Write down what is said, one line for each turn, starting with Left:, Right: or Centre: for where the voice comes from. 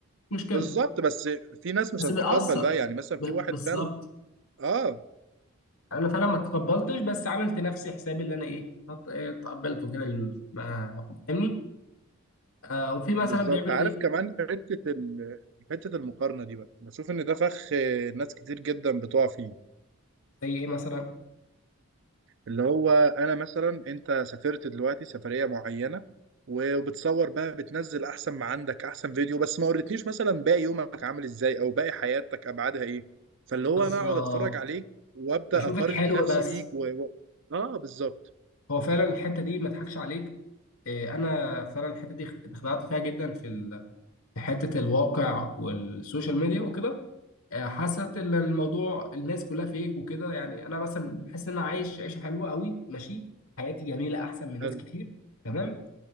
Left: مش مشكله
Right: بالظبط بس في ناس مش
Left: بس
Right: هتتقبل
Left: بيأثر
Right: بقى يعني مثلا
Left: ب-
Right: في واحد
Left: بالظبط
Right: فعلا اه
Left: انا فعلا ما تقبلتش بس عملت نفسي حسابي اللي انا ايه هت- آه، تقبلت وكده ال- ما فاهمني آه، وفي مثلا
Right: بالظبط
Left: بيعملوا
Right: عارف
Left: ايه
Right: كمان حتة ال... حتة المقارنة دي بقى بشوف ان ده فخ آه، ناس كتير جدا بتقع فيه
Left: زي ايه مثلا
Right: اللي هو انا مثلا انت سافرت دلوقتي سفرية معينة و- وبتصور بقى بتنزل احسن ما عندك احسن فيديو بس ما وريتنيش مثلا باقي يومك عامل ازاي او باقي حياتك ابعادها ايه فاللي
Left: بالظبط
Right: هو انا اقعد اتفرج عليك وابدا
Left: بشوف
Right: اقارن
Left: الحلو
Right: نفسي
Left: بس
Right: بيك و... و... اه بالظبط
Left: هو فعلا الحته دي ما اضحكش عليك إيه، انا فعلا الحته دي اتخدعت فيها جدا في ال- في حته الواقع والسوشيال ميديا وكده آه، حاسه ان الموضوع الناس كلها فيك وكده يعني انا مثلا حاسس ان انا عايش عيشه حلوه قوي ماشي حياتي جميله احسن من
Right: حلو.
Left: ناس كتير تمام